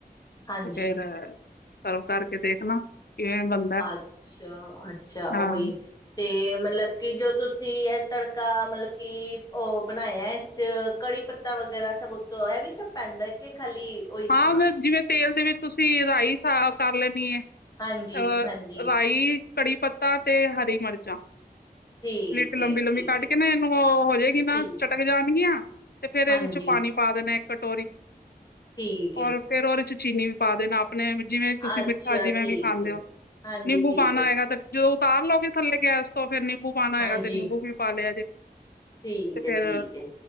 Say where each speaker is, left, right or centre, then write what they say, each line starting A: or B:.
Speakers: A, on the left (about 25°); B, on the left (about 75°).
A: ਹਾਂਜੀ
B: ਫੇਰ, ਸਰਬ ਕਰਕੇ ਦੇਖਣਾ। ਕਿਵੇਂ ਬਣਦਾ
A: ਅੱਛਾ ਅੱਛਾ
B: ਹਾਂ
A: ਉਹੀ, ਤੇ ਮਤਲਬ ਕਿ ਜੋ ਤੁਸ ਤੁਸੀ ਇਹ ਤੜਕਾ ਮਤਲਬ ਕਿ ਉਹ ਬਣਾਇਆ ਹੈ, ਇਸ ਚ ਕੜੀ ਪੱਤਾ ਵਗੈਰਾ ਸਭ ਉੱਤੋਂ ਇਹ ਵੀ ਸਭ ਪੈਂਦਾ ਹੈ, ਕਿ ਖਾਲੀ ਉਹੀ ਸਮਾਨ
B: ਹਾਂ ਜਿਵੇਂ ਤੇਲ ਦੇ ਵਿੱਚ ਤੁਸੀਂ ਰਾਈ ਸਾਫ ਕਰ ਲੈਣੀ ਹੈ
A: ਹਾਂਜੀ-ਹਾਂਜੀ,
B: ਆ ਰਾਈ ਕੜੀ ਪੱਤਾ ਤੇ ਹਰੀ ਮਿਰਚਾਂ।
A: ਠੀਕ
B: <unintelligible>
A: ਏ,
B: ਲੰਬੀ ਲੰਬੀ
A: ਠੀਕ
B: ਕਟ
A: ਏ,
B: ਕੇ ਨਾ ਇਹਨੂੰ ਉਹ ਹੋ ਜਾਏਗੀ, ਨਾ
A: ਠੀਕ
B: ਚਟਕ ਜਾਣਗੀਆਂ ਤੇ ਫੇਰ ਇਹਦੇ
A: ਹਾਂਜੀ,
B: ਚ ਪਾਣੀ ਪਾ ਦੇਣਾ। ਕਟੋਰੀ
A: ਠੀਕ ਏ,
B: ਹੋਰ ਫੇਰ ਉਦੇ ਚ ਚੀਨੀ ਵੀ ਪਾ ਦੇਣਾ। ਆਪਣੇ ਜਿਵੇਂ ਤੁਸੀਂ
A: ਅੱਛਾ
B: ਮਿੱਠਾ ਜਿਵੇਂ
A: ਠੀਕ
B: ਵੀ ਖਾਂਦੇ
A: ਏ।
B: ਹੋ,
A: ਹਾਂਜੀ
B: ਨਿੰਬੂ
A: ਠੀਕ
B: ਪਾਉਣਾ
A: ਏ,
B: ਹੋਏਗਾ ਤੇ ਜਦੋਂ ਉਤਾਰ ਲਓਗੇ ਥੱਲੇ ਗੈਸ ਤੋਂ ਫੇਰ ਨੀਬੁ ਪਾਣਾ
A: ਹਾਂਜੀ,
B: ਹੇਗਾ ਤੇ ਨਿੰਬੂ ਵੀ ਪਾ ਲਿਆ ਜੇ।
A: ਠੀਕ
B: ਤੇ ਫਿਰ
A: ਏ, ਠੀਕ ਏ,